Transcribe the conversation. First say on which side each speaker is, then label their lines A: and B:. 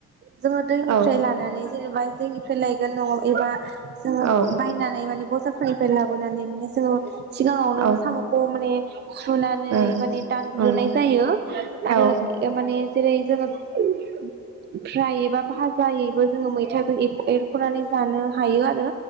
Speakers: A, on the right; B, on the right.
A: जोङो दैनिफ्राय
B: औ
A: लानानै जेनेबा दैनिफ्राय लायगोन न'आव एबा जोङो
B: औ
A: बायनानै माने बजारफोरनिफ्राय लाबोनानै माने जोङो सिगाङावनो
B: औ
A: साम'खौ माने सुनानै
B: उम
A: माने दानग्रोनाय
B: उम
A: जायो आरो
B: औ
A: ए माने जेरै जोङो आयै फिसा फ्राय एबा भाजायैबो जोङो मैथाजों एरख' एरख'नानै जानो हायो आरो